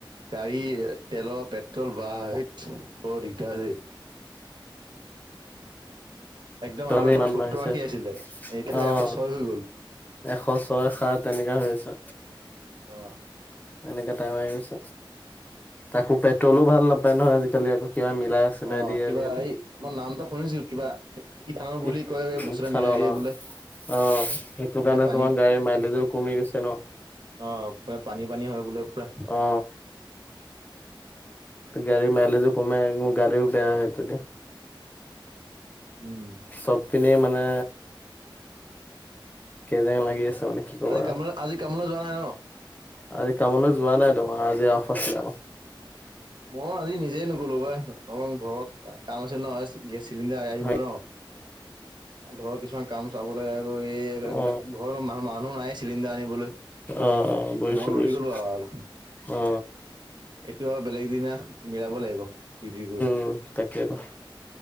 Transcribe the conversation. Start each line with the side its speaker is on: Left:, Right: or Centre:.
Right: গাড়ী তেলৰ পেট্ৰল বা বাহন বৰ দিগদাৰ হৈছে। একদম
Left: দামে
Right: আগতে
Left: ইমান বাঢ়িছে
Right: তোমাৰ আছিলে এতিয়াাতো
Left: অ
Right: এশ ছয় হৈ গ'ল।
Left: এশ ছয় সাত তেনেককা হৈ আছে।
Right: অ,
Left: এনেককাে টাই মাৰি গৈছ তাকো পেট্ৰলো ভাল নাপায় নহয় আজিকালি আকৌ কিবা মিলাই চিলাই
Right: অ
Left: দিয়ে
Right: কিবা
Left: আজিকালি
Right: এই মই নামটো শুনিছিলোঁ কিবা। কি খাওঁ বুলি
Left: ইত
Right: কয় বুচুৰে
Left: ইথানল
Right: মিলাই দিয়ে বোলে।
Left: অ সেইটো
Right: গোটেই
Left: কাৰণে
Right: পানী
Left: তোমাৰ গাড়ীৰ মাইলেজো কমি গৈছে ন।
Right: অ প পানী পানী হয় বোলে পুৰা।
Left: অ গাড়ীৰ মাইলেজো কমাই মোৰ গা়ও বেয়া হয়টো এতিয়া
Right: উম।
Left: চব পিনে মানে কেইজং লাগি আছে মানে কি ক'বা
Right: আজি
Left: আৰু
Right: কাম আজি কামলে যোৱা নাই ন
Left: আজি কামলৈ যোৱা নাই তোমাৰ আজি অফ আছিলা আমৰ।
Right: মই আজি নিজে নগলো বাই অ ঘৰত কাম আছে নহয়। গেছ চিলিণ্ডাৰ আহিব
Left: হয়
Right: ন' ঘৰৰ কিছুমান কাম চাবলৈ এই
Left: অ
Right: ঘৰ মানুহ মানুহ নাই চিলিণ্ডাৰ আনিবলৈ।
Left: অ-অ বুজিছোঁ-বুজিছোঁ
Right: মই ৰখি গলো আৰু
Left: অ'।
Right: এইটো আৰু বেলেগ দিনা মিলাব লাগিব ডিউটি গৈ।
Left: উম তাকেতো।